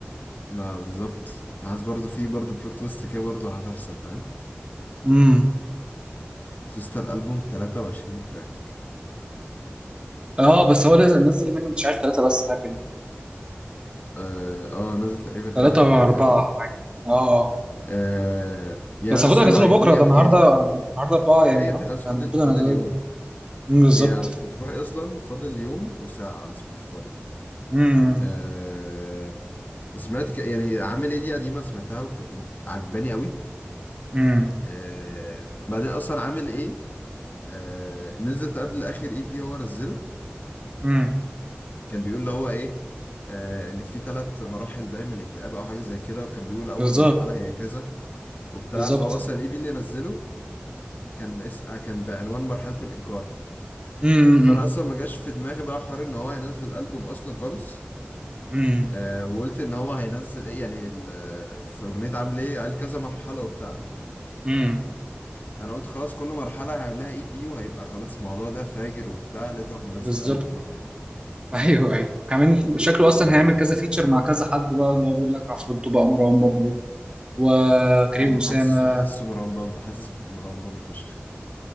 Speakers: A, on the left; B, on the right.
A: ما بالظبط عايز برضو في برضو بلوت تويست كده برضو هتحصل فاهم
B: امم
A: سوست الالبوم 23 تراك
B: اه بس هو لازم نزل منه مش عارف ثلاثه بس حاجه كده
A: اه آه، نزل تقريبا
B: ثلاثه
A: خمسة
B: واربعه
A: ولا حاجة زي كده
B: حاجه اه اه
A: آه يعني
B: بس
A: أنا
B: المفروض
A: لسه
B: انزله
A: اللي عجبوني
B: بكره ده
A: قوي
B: النهارده
A: يعني
B: النهارده اربعه يعني
A: ايه يا ابني
B: اهو
A: خلاص فاضل
B: يعني المفروض
A: فاضل
B: انزله
A: يوم
B: أمم، بالظبط
A: يعني على سبوتيفاي اصلا فاضل يوم وساعة على سبوتيفاي
B: امم
A: آه سمعت ك... يعني عامل ايه دي قديمة سمعتها وك- وعجباني قوي
B: امم
A: آه بعدين اصلا عامل ايه آه نزلت قبل اخر اي بي هو نزله
B: امم
A: كان بيقول اللي هو ايه آه ان في ثلاث مراحل باين من الاكتئاب او حاجة زي كده وكان بيقول اول
B: بالظبط
A: مرحلة هي كذا وبتاع
B: بالظبط
A: فهو اصلا الاي بي اللي نزله كان اس... آه، كان بعنوان مرحلة الانكار
B: امم
A: فانا اصلا ما جاش في دماغي بقى حوار ان هو هينزل البوم اصلا خالص
B: امم
A: آه وقلت ان هو هينزل ايه يعني ال- في اغنيه عامل ايه قال كذا مرحله وبتاع
B: امم
A: انا قلت خلاص كل مرحله هيعمل لها اي بي وهيبقى خلاص الموضوع ده فاجر وبتاع لقيته راح منزل
B: بالظبط
A: البوم مره واحده
B: <laughs> ايوه ايوه كمان شكله اصلا
A: آه
B: هيعمل كذا فيتشر مع كذا حد بقى اللي هو بيقول لك عفروتو بقى مروان بابلو وكريم
A: انا
B: اسامه
A: حاسه حاسه مروان بابلو حاسس مروان بابلو فشخ